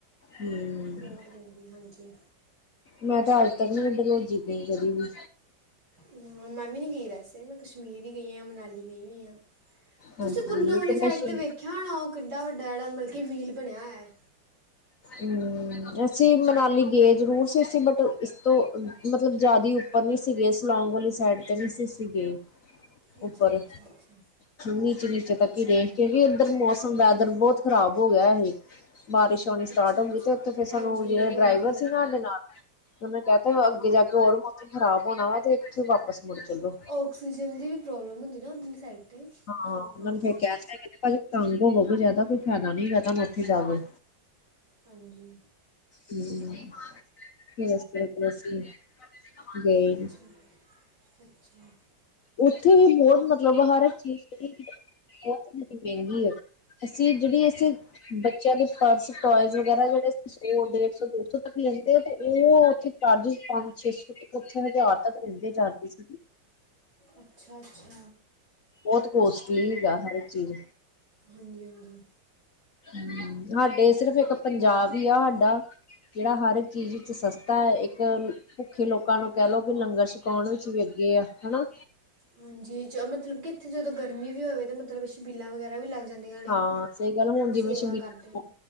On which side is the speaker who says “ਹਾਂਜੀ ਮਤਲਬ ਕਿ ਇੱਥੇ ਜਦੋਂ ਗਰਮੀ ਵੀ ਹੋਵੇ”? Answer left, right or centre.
Right